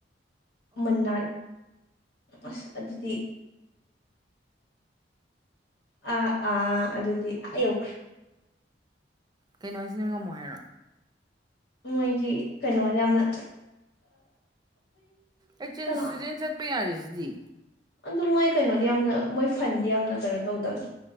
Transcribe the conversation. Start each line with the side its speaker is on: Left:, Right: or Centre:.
Left: ꯃꯅꯥꯜ ꯑꯁ ꯑꯗꯨꯗꯤ ꯑꯥ ꯑꯥ ꯑꯗꯨꯗꯤ ꯑꯥ ꯌꯧꯈ꯭ꯔꯦ
Right: ꯀꯩꯅꯣ ꯍꯥꯏꯁꯤꯅ ꯉꯝꯃꯣ ꯍꯥꯏꯔꯣ
Left: ꯃꯣꯏꯒꯤ ꯀꯩꯅꯣꯗ ꯌꯥꯝꯅ
Right: ꯑꯩ ꯆꯦꯟꯁꯇꯗꯦꯟ
Left: ꯀꯅꯥ
Right: ꯆꯠꯄ ꯌꯥꯔꯤꯁꯤꯗꯤ
Left: ꯑꯗꯨ ꯃꯣꯏ ꯀꯩꯅꯣꯗꯤ ꯌꯥꯝꯅ ꯃꯣꯏ ꯐꯟꯗꯤ ꯌꯥꯝꯅ ꯀꯩꯅꯣ ꯇꯧꯗꯕꯅꯤ